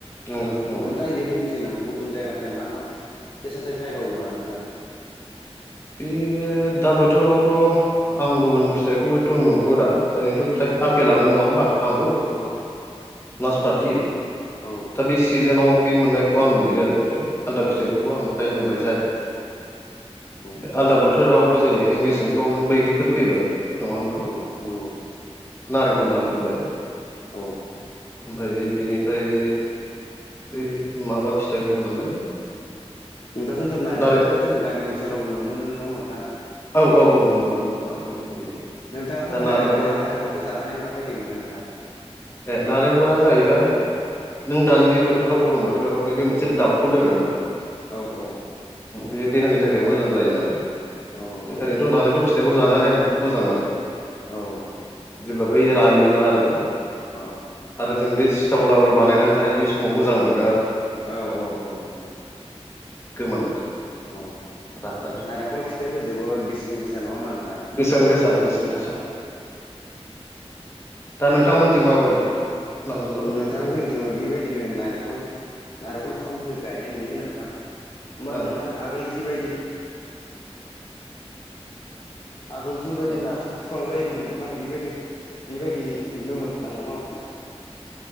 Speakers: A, on the left; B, on the left.
A: नंगौ नंगौ
B: नोंथां बिदिनो मिथिगोन नामा गुबुन जायगानिफ्राय मा मा फिथाइ सामथाइ फैबावो आरो नोंथां
A: बे दा बोथोरावथ' आं गुबुन फिथाइखौ एथ' नुहुरा ओरैनोथ' फ्राय
B: औ
A: आफेलानो नङा होमबा आंगुर
B: औ
A: नासपाथि
B: औ
A: दा बे सिजोनाव बे मोननायखौ आं नुयो आरो फ्राय आलदा
B: औ
A: फिथाइफोरखौ आं फ्राय नुनाय जाया
B: औ
A: ओमफ्राय आलदा बोथोराव बा जेरैहाय मेसेंफ्राव नों बैग्रिफोर फैबाय नङा होमबा
B: औ नंगौ
A: नारें खमला फैबाय
B: औ
A: ओमफ्राय बिनिफ्राय बै माबा फिथाइ होनोमोनलाय
B: नोंथा जोंथ' नारेंखलखौ
A: नारें
B: जों गामि ओनसोलावबो नुनो मोनो नङा होनबा नोंथां
A: औ औ औ नंगौ नंगौ नारेंगलखौ
B: औ
A: नुयो
B: नोंथाङा फोरमायनो
A: दा नारेंखला
B: हागोन नामा जेनेबा नारेंखलखौ जानानै माबायदि मोनो नोंथां
A: ए नारेंखला जाहैबाय नों दानि बे बोथोराव गरम बोथोराव बे मोनसे दाबखौ लोङो ना
B: औ औ
A: बे देहानि थाखाय मोजां जायो नालाय
B: औ औ
A: ओरैनोथ' नालेंखर फिथाइखौ जानानै आं बहुत मोजां मोनो
B: औ
A: जेब्ला बै रायोब्ला आरोना
B: औ
A: आरो जों बे सिथाव लारु बानायनानै जायो। बे सम समाव मोजां मोनो आरो।
B: औ औ औ
A: गोमोनखौ
B: औ
A: राय
B: नारेंखल फिथाइाबो जबोद बेसेन गोसा नङामोन।
A: बेसेन गोसा बेसेन गोसा दा नोंथांमोनथिं माबायदि? नालेंखर
B: नोंथां
A: ओरै
B: जों जोङो बेबायदिनो नारेंख नारेंखल फिफांफोरखौ गायनाय नुयो नोंथां। होमबाबो
A: ओं
B: नोंथां आगोल जिबायदि आगोल जिबायदि
A: औ
B: नारखल बिफां जायोमोन नोंथां बेबायदि बेबायदि नुनो मोन नों